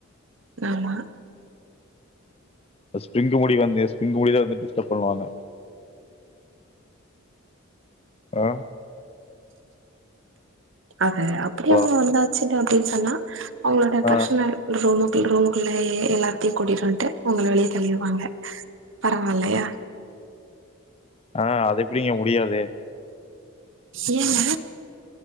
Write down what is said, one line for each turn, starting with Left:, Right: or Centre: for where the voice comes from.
Right: ஆமா
Left: அந்த ஸ்பிரிங்கு முடி வந்து ஸ்பிரிங்கு முடிதா வந்து டிஸ்டர்ப் பண்ணுவாங்க ஆ
Right: அது அப்டி
Left: ஹலோ
Right: அவுங்க வந்தாச்சுன்னு அப்டின்னு சொன்னா அவுங்களோட
Left: ஆ
Right: பெர்ஷனல் ரூமுக்குள்ள ரூமுக்குள்ளயே எல்லாத்தையு கூட்டுவன்ட்டு உங்கள வெளியே தள்ளிருவாங்க பரவாலையா
Left: ஆ அது எப்டிங்க முடியாதே
Right: ஏங்க